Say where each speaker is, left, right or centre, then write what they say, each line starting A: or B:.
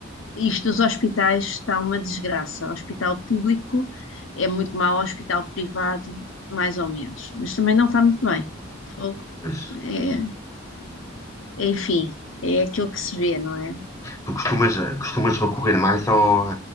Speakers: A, on the left; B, on the left.
A: Isto dos hospitais está uma desgraça. O hospital público é muito mau, o hospital privado, mais ou menos. Mas também não está muito bem. Fogo,
B: Pois,
A: é, é, enfim, é aquilo que se vê, não é?
B: tu costumas, costumas recorrer mais ao-